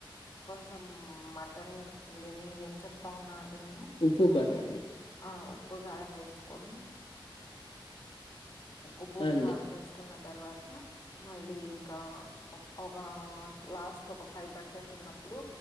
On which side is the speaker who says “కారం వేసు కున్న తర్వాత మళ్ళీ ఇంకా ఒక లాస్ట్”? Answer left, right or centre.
Left